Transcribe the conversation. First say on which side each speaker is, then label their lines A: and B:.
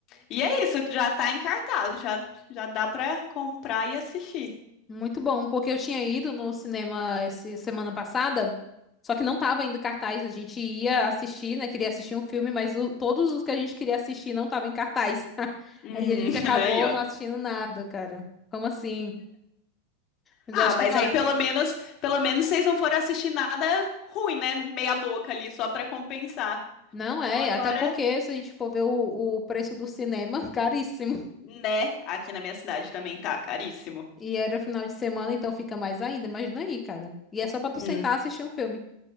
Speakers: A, on the left; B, on the left.
A: E é isso, que já tá em cartaz, já, já dá pra comprar e assistir.
B: Muito bom, porque eu tinha ido no cinema essa semana passada, só que não tava ainda em cartaz. A gente ia assistir, né? Queria assistir um filme, mas o- todos os que a gente queria assistir não estavam em cartaz. <laughs>
A: Hum,
B: Aí a gente
A: <laughs>
B: acabou
A: aí, ó.
B: não assistindo nada, cara. Como assim? Mas
A: Ah,
B: eu acho
A: mas
B: que vale.
A: aí pelo menos, pelo menos vocês não foram assistir nada ruim, né? Meia boca ali, só pra compensar.
B: Não
A: Então
B: é,
A: agora,
B: até porque se a gente for ver o, o preço do cinema, <laughs> caríssimo.
A: né, aqui na minha cidade também tá caríssimo.
B: E era final de semana, então fica mais ainda. Imagina aí, cara. E é só pra tu sentar
A: Hum,
B: e assistir um filme.